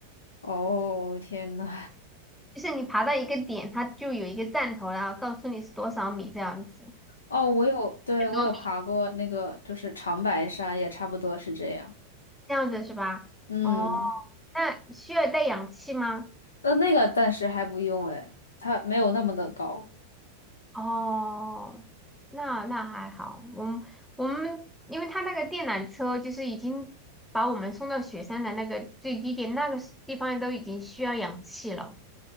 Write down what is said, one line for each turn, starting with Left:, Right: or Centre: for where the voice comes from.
Left: 哦，天呐，
Centre: 就是你爬到一个点，它就有一个站头，然后告诉你是多少米这样子，
Left: 哦，我有，对，
Centre: 很多米
Left: 我有爬过那个，就是长白山，也差不多是这样。
Centre: 这样子是吧？
Left: 嗯，
Centre: 哦，那需要带氧气吗？
Left: 呃，那个暂时还不用，诶，它没有那么的高。
Centre: 哦，那那还好，我们我们因为他那个电缆车就是已经把我们送到雪山的那个最低点，那个地方都已经需要氧气了。